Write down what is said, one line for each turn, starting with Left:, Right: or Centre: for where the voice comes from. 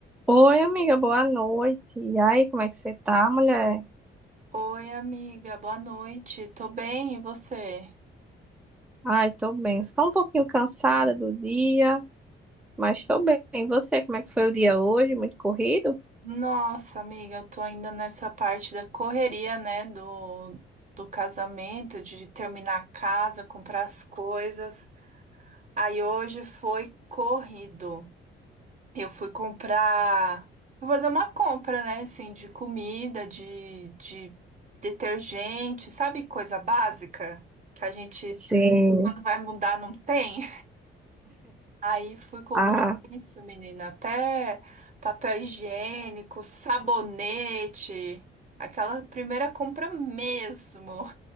Centre: Oi, amiga, boa noite. E aí, como é que você tá, mulher?
Right: Oi, amiga, boa noite. Tô bem, e você? É.
Centre: Ai, tô bem. Só um pouquinho cansada do dia, mas tô bem. E você, como é que foi o dia hoje? Muito corrido?
Right: Nossa, amiga, eu tô ainda nessa parte da correria, né, do, do casamento, de terminar a casa, comprar as coisas. Aí hoje foi corrido. Eu fui comprar, fui fazer uma compra, né, assim, de comida, de, de detergente, sabe, coisa básica que a gente,
Centre: Sim.
Right: quando vai mudar, não tem? Aí fui comprar
Centre: Ah,
Right: isso, menina. Até papel higiênico, sabonete. Aquela primeira compra mesmo.